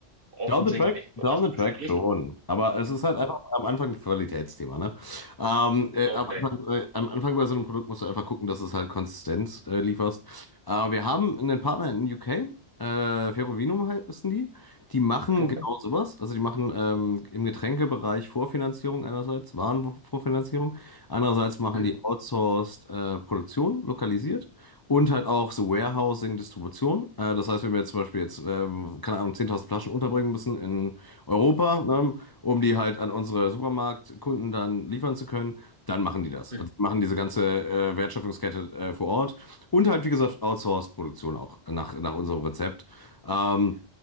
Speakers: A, on the right; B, on the left.
A: offensichtlich,
B: Down the track,
A: von
B: down
A: was
B: the
A: du
B: track
A: sprichst.
B: schon. Aber es ist halt einfach am Anfang ein Qualitätsthema, ne? Ähm, äh,
A: Okay,
B: am Anfang, äh, am Anfang bei so einem Produkt musst du einfach gucken, dass es halt Konsistenz äh, lieferst. Äh, wir haben einen Partner in den UK, äh, Ferrovinum halt, wissen die. Die machen
A: okay.
B: genau sowas. Also die machen ähm, im Getränkebereich Vorfinanzierung einerseits, Warenvorfinanzierung. Andererseits machen
A: Mhm.
B: die outsourced äh, Produktion, lokalisiert. Und halt auch so Warehousing, Distribution. Äh, das heißt, wenn wir jetzt zum Beispiel jetzt, ähm, keine Ahnung, 10.000 Flaschen unterbringen müssen in Europa, ne, um die halt an unsere Supermarktkunden dann liefern zu können, dann machen die das.
A: Mhm.
B: Also machen diese ganze äh, Wertschöpfungskette äh, vor Ort. Und halt, wie gesagt, Outsourced-Produktion auch nach, nach unserem Rezept. Ähm,